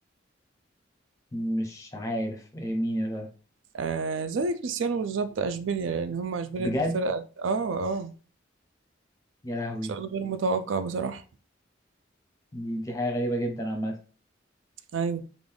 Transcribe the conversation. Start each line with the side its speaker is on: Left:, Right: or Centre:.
Left: مش عارف إيه مين يا ترى
Right: آه زي كريستيانو بالظبط اشبيليا لان هم اشبيليا
Left: بجد
Right: دي الفرقة اه اه
Left: يا لهوي
Right: سؤال غير متوقع بصراحة
Left: دي دي حاجة غريبة جدا عامة
Right: ايوه